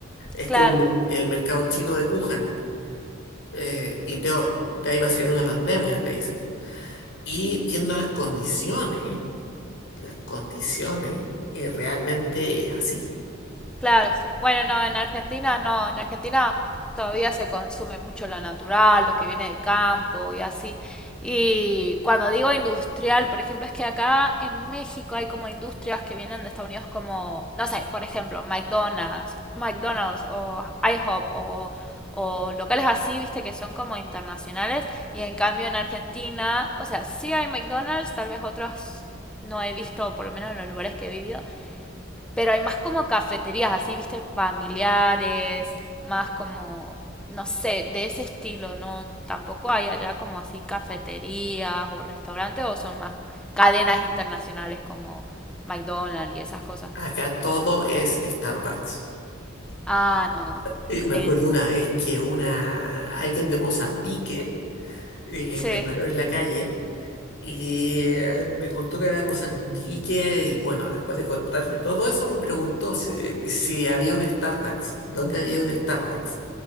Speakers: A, on the left (about 65°); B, in the centre.
A: Es
B: claro,
A: como el, mer- el mercado chino de Wuhan eh, y peor, de ahí va a ser una pandemia, te dicen. Y viendo las condiciones, las condiciones, eh, realmente es así.
B: Claro, sí. Bueno, no, en Argentina no, en Argentina todavía se consume mucho lo natural, lo que viene de campo y así. Y cuando digo industrial, por ejemplo, es que acá en México hay como industrias que vienen de Estados Unidos como, no sé, por ejemplo, McDonald's, McDonald's o IHOP o, o locales así, viste, que son como internacionales. Y en cambio en Argentina, o sea, sí hay McDonald's, tal vez otros no he visto, por lo menos en los lugares que he vivido, pero hay más como cafeterías así, viste, familiares, más como, no sé, de ese estilo, ¿no? Tampoco hay allá como así cafeterías o restaurantes o son más cadenas internacionales como McDonald's y esas cosas.
A: Acá todo es Starbucks.
B: Ah, no.
A: Y me
B: Sí,
A: acuerdo una vez que una alguien de Mozambique eh,
B: sí.
A: me paró en la calle y eh, me contó que era de Mozambique y bueno, después de contarme todo eso me preguntó si, eh, si había un Starbucks, dónde había un Starbucks.